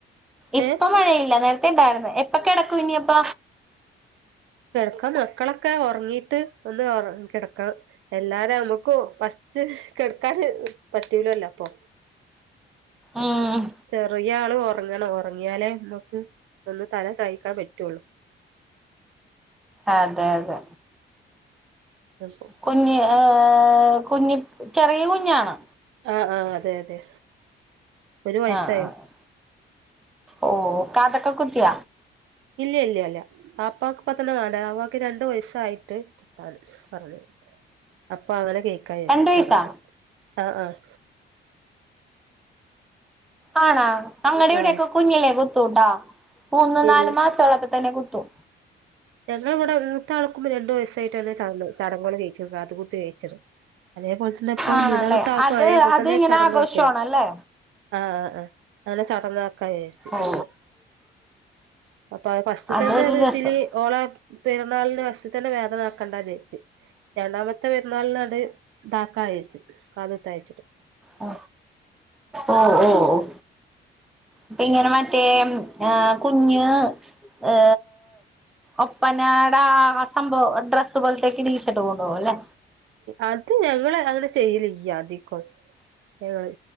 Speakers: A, in the centre; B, on the right (about 80°).
A: ഇപ്പ
B: ഏഹ്
A: മഴയില്ല നേരത്തെ ഇണ്ടായിരുന്ന് എപ്പൊക്കെടക്കും ഇനിയപ്പ
B: കെടക്കാൻ മക്കളൊക്കെ ഒറങ്ങിട്ട് ഒന്ന് ഒറ കിടക്കണം എല്ലാതെ നമുക്കും ഫസ്റ്റ് കെടുക്കാന് പറ്റൂലല്ലോ അപ്പൊ.
A: ആഹ്
B: ചെറിയ ആള് ഒറങ്ങണം ഒറങ്ങിയാലേ നമ്മുക്ക് ഒന്ന് തല ചയ്ക്കാൻ പറ്റുള്ളു
A: അതെ അതെ
B: <unintelligible>
A: കുഞ്ഞ് ഏഹ് കുഞ്ഞി ചെറിയ കുഞ്ഞാണോ
B: ആഹ് ആഹ് അതെ അതെ ഒരു വയസ്സായോ
A: ആഹ് ആഹ് ഓ ഒ കാതക്ക കുതിയ
B: ഇല്ല ഇല്ല അല്ല ആപ്പാക്ക് ക്കിപ്പത്തന്ന വാണ്ട ആപ്പക്ക് രണ്ടു വയസ്സായിട്ട് കുത്താണ് പറഞ്ഞു അപ്പൊ അങ്ങനെ കേക്കാവിചാരിച്ചു
A: രണ്ട് വയസാ
B: ചടങ്ങു ആഹ് ആഹ്
A: ആണാ അങ്ങടെ ഇവിടൊക്കെ
B: ആഹ്
A: കുഞ്ഞിലേ കുത്തുട്ടാ. മൂന്നു
B: ഇല്ല
A: നാല് മാസോളപ്പ തന്നെ കുത്തും.
B: ഞങ്ങള് വിടെ മൂത്ത ആൾക്കും രണ്ടുയസ്സായിട്ടന്നെ ചട ചടങ്ങുകൾ കഴിച്ചി കാ ത് കുത്ത് കഴിച്ചത്. അതേപോലെ തന്നെ ഇപ്പ
A: ആണല്ലേ
B: മൂന്നാമത്തെ ആൾക്കും
A: അത്
B: അതേപോലെ
A: അത്
B: തന്നെ
A: ഇങ്ങനെ
B: ചടങ്ങൊക്കെ.
A: ആഘോഷമാണല്ലേ
B: ആഹ് ആ ആ അങ്ങനെ ചടങ്ങാക്ക <unintelligible> ച്ച്
A: ഓ
B: അപ്പൊ അപ്പൊ ഫസ്റ്റ്
A: അതൊരു
B: തന്നെ ഒരു
A: രസം
B: ഇതില്. ഓള പെറന്നാളിന്റെ വശ്തന്ന വേദനക്കണ്ട ജരിച്ച്. രണ്ടാമത്തെ പെരുന്നാളിനത് ഇതാക്കജയിച്ച്. കാതുത്തായിച്ച്.
A: ആ, ഓ, ഓ, ഓ ഇപ്പങ്ങനെ മറ്റേ ആ കുഞ്ഞ് ഏ ഒപ്പനാട ആ സംഭവം ഡ്രസ്സ് പോലത്തേക്ക് ഇടിച്ചിട്ട് കൊണ്ടോവും അല്ലെ.
B: അത് ഞങ്ങള് അങ്ങനെ ചെയ്യലില്ല്യ അദികോം. ഞങ്ങള്,